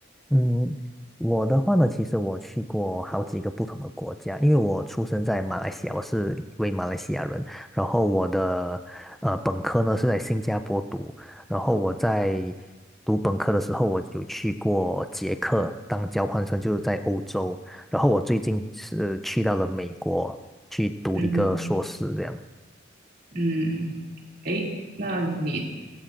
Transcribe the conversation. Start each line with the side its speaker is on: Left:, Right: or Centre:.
Centre: 嗯，我的话呢，其实我去过好几个不同的国家，因为我出生在马来西亚，我是一位马来西亚人。然后我的呃本科呢是在新加坡读，然后我在读本科的时候，我有去过捷克当交换生，就是在欧洲。然后我最近是去到了美国去读一个硕士，
Right: 嗯
Centre: 这样。
Right: 嗯，诶，那你